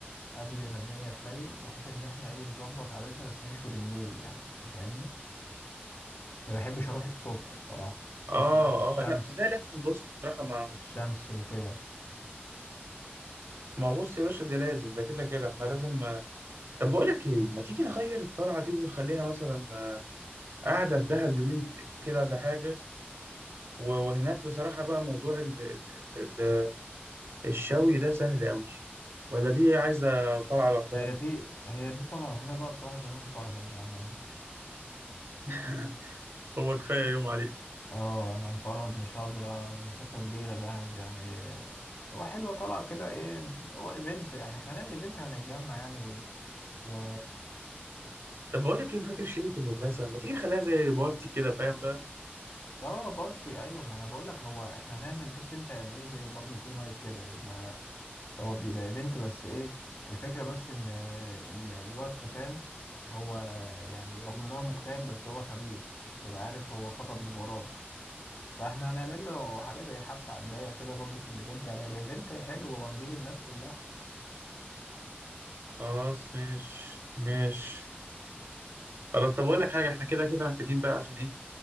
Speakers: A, on the left; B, on the right.
A: قبل ما الدنيا تليل بحيث ان احنا ايه نظبط عادتنا بس نشوي بالليل يعني انت فاهمني ما بحبش اروح الصبح بصراحة الصبح
B: اه
A: بقى في الشمس
B: اه لا ما ده لازم بص بصراحة ما
A: في الشمس وكده
B: ما بص يا باشا ده لازم ده كده كده احنا لازم طب بقول لك ايه ما تيجي نغير الطلعة دي ونخليها مثلا آه، قاعدة في دهب يومين ت- كده ولا حاجة و- وهناك بصراحة بقى موضوع ال... ال... ال... الشوي ده سهل قوي ولا دي عايزة طلعة لوحدها
A: هي دي هي دي طالعة لوحدها بقى بصراحة عشان انا مفرهد بأمانة
B: <laughs> هو كفاية يوم عليك
A: اه انا مفرهد مش قادرة مسافة كبيرة دهب يعني هو حلوة طالعة كده ايه هو ايفنت يعني احنا هنعمل ايفنت هنتجمع يعني و و
B: طب بقول لك ايه فاكر شلة المدرسة ما تيجي نخليها زي بارتي كده فاهم بقى
A: اه بارتي ايوه ما انا بقول لك هو احنا هنعمل شفت انت يعني ايه زي باربيكيو نايت كده يبقى هو بيبقى ايفنت بس ايه الفكرة بس ان آه، ال- الواد حسام هو يعني رغم ان هو مكتئب بس هو خبيث عشان تبقى عارف هو خطب من ورانا فاحنا هنعمل له حاجة زي حفلة على الضيق كده برضه في الايفنت يعني هيبقى ايفنت حلو وهنجيب الناس كلها
B: خلاص مش مش خلاص طب بقول لك حاجة احنا كده كده محتاجين بقى عشان ايه